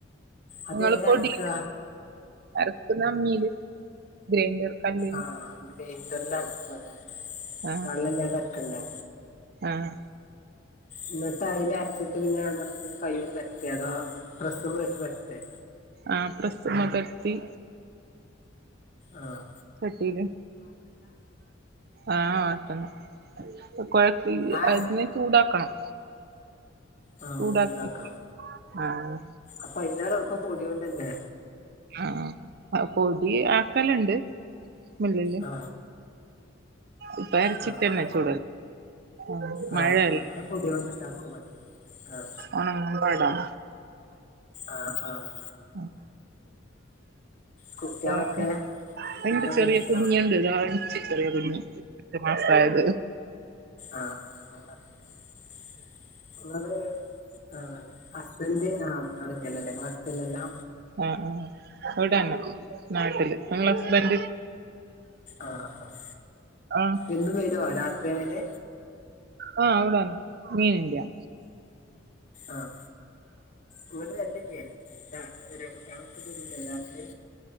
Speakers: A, on the left; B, on the right.
A: അതെങ്ങനെ
B: നിങ്ങള് പൊടി
A: അരക്കുക
B: അരക്കുന്ന അമ്മീല് ഗ്രൈൻർ കല്ല
A: ആഹ് ഗ്രൈൻഡറ്‌ല അരക്കാലേ
B: ആഹ്
A: വെള്ളം ഇല്ലാതെ അരക്കണ്ടേ
B: ആഹ്
A: എന്ന്ട്ട് അയില് അരച്ചിട്ട് പിന്നെ കൈയോട് പരുത്ത തോ പ്രസ്സ്മ വെച്ച് പരത്തോ
B: ആഹ് പ്രസ്സിമ്മേ പരത്തി
A: ആഹ്
B: ചട്ടീല് ആഹ് അതന്നെ കൊ
A: ആ
B: അതിനെ ചൂടാക്കണം
A: ആ
B: ചൂടാക്കി
A: ഒന്ന് ചൂടാക്കണം
B: ആഹ്
A: അപ്പൊ അയിലെറെ എളുപ്പം പൊടിയൊണ്ടന്നേ
B: ആഹ് പൊടി ആക്കലിണ്ട് മില്ലില്
A: ആ
B: ഇപ്പ അരച്ചിട്ടന്നെ
A: ആ ആ
B: ചുടല്ല് ആഹ്
A: ആ
B: മഴല്ലേ
A: ഞങ്ങൾ പൊടി കൊണ്ട് ഉണ്ടാക്കും പത്തിരി ആ
B: ആഹ പടാം
A: ആഹ് ആഹ്
B: <inaudible>
A: കുട്ടികളൊക്കെ
B: വേറെ
A: ഫുഡൊക്കെ
B: എന്റെ ചെറിയ
A: കഴിച്ചാ
B: കുഞ്ഞിണ്ട് <unintelligible> ചെറിയ കുഞ്ഞ് പത്ത് മാസായത്
A: ആഹ് ആഹ് ഇങ്ങള് പറഞ്ഞീനു ങ്ങള് ആഹ് ഹസ്ബൻഡ് ആഹ് അവിടെല്ലല്ലോ ഇങ്ങടെ അടുത്തല്ലല്ലോ
B: ആഹ് ആഹ് ഇവിടാണ് നാട്ടില് ഇങ്ങള ഹസ്ബന്റ്
A: ആഹ് ആഹ്
B: ആഹ്
A: എന്നും വരുവോ രാത്രി ആയാല്
B: ആഹ് അവിടന്നെ മീനില്ല്യാ
A: ആഹ് ഇങ്ങട് വര്‌ല്ല്ലേ ആഹ് വരോ കുട്ട്യാ ട്ത്തക്ക് വരൂലേ രാത്രി